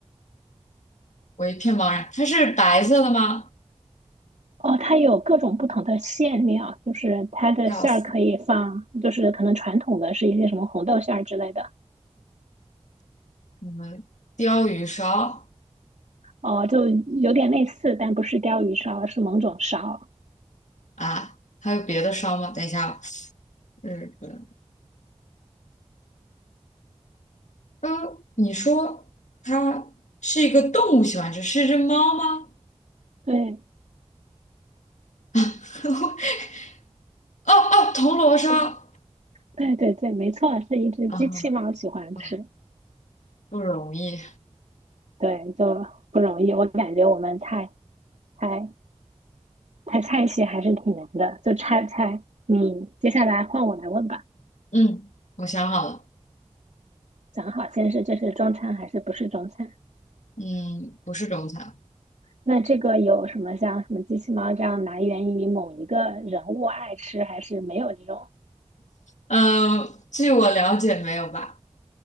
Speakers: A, on the left (about 85°); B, on the right (about 80°).
A: 我一片茫然。它是白色的吗？
B: 哦，它有各种不同的馅料，就是它的馅儿可以放，
A: 要死！
B: 就是可能传统的是一些什么红豆馅儿之类的，
A: 我们鲷鱼烧
B: 哦，就有点类似，但不是鲷鱼烧，而是某种烧。
A: 啊，还有别的烧吗？等一下啊日本。呃，你说它是一个动物喜欢吃，是一只猫吗？
B: 对，
A: <laughs> 哦哦，铜锣烧
B: 对对对，没错，是一只机器猫喜欢吃。
A: 啊啊，不容易。
B: 对，就不容易。我感觉我们猜猜猜菜系还是挺难的，就猜猜。你接下来换我来问吧，
A: 嗯，我想好了，
B: 讲好先是这是中餐还是不是中餐？
A: 嗯，不是中餐。
B: 那这个有什么像什么机器猫这样来源于某一个人物爱吃，还是没有这种？
A: 嗯，据我了解，没有吧？